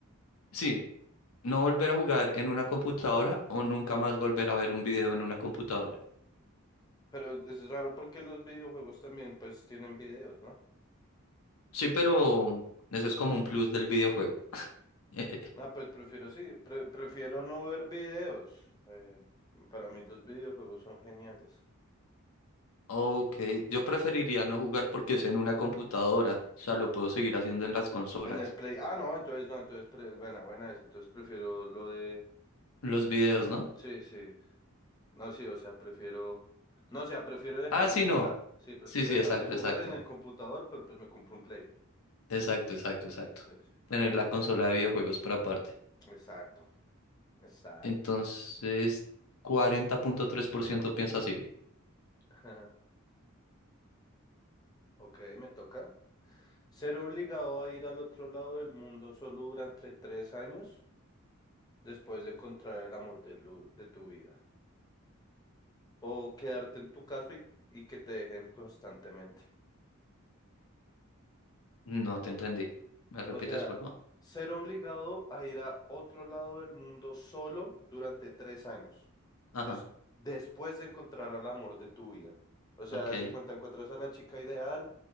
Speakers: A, on the left; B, on the left.
A: Sí, no volver a jugar en una computadora o nunca más volver a ver un video en una computadora.
B: Pero es raro porque los videojuegos también pues tienen videos, ¿no?
A: Sí, pero eso es como un plus del videojuego. Eh, eh, eh.
B: Ah, pues prefiero sí, pre- prefiero no ver videos. Eh, para mí los videojuegos son geniales.
A: Ok, yo preferiría no jugar porque es en una computadora, o sea, lo puedo seguir haciendo en las consolas.
B: En el Play, ah, no, entonces no, entonces, pre- buena, buena esa, entonces prefiero lo de,
A: Los videos, ¿no?
B: sí, sí, No, sí, o sea, prefiero, no, o sea, prefiero dejar
A: Ah, sí,
B: de jugar.
A: no.
B: Sí, prefiero
A: Sí, sí,
B: dejar
A: exacto,
B: de jugar
A: exacto.
B: en el computador, pero pues me compro un Play.
A: Exacto, exacto, exacto.
B: Sí, sí.
A: Tener la consola de videojuegos para aparte.
B: Exacto, exacto.
A: Entonces, cuarenta punto tres por ciento piensa así.
B: Ajá. Ok, me toca. Ser obligado a ir al otro lado del mundo solo durante tres años después de encontrar el amor de, lu- de tu vida. O quedarte en tu casa y, y que te dejen constantemente.
A: No te entendí. ¿Me repites,
B: O sea,
A: por favor?
B: ser obligado a ir a otro lado del mundo solo durante tres años,
A: Ajá,
B: des- después de encontrar al amor de tu vida. O sea,
A: ok.
B: desde cuenta encuentras a la chica ideal,